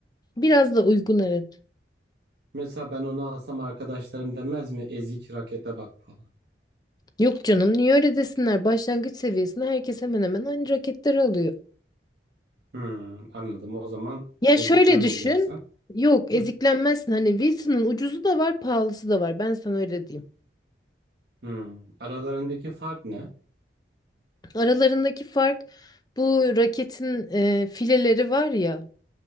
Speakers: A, on the left; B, on the right.
A: Biraz da uygun evet.
B: Mesela ben onu alsam arkadaşlarım demez mi? Ezik rakete bak falan.
A: Yok canım niye öyle desinler? Başlangıç seviyesinde herkes hemen hemen aynı raketleri alıyor.
B: Hmm, anladım. O zaman
A: Ya
B: eziklenmeyeceksen.
A: şöyle düşün. Yok eziklenmezsin.
B: Hı,
A: Hani Wilson'ın ucuzu da var, pahalısı da var. Ben sana öyle diyeyim.
B: hmm. Aralarındaki fark ne?
A: Aralarındaki fark bu raketin e, fileleri var ya.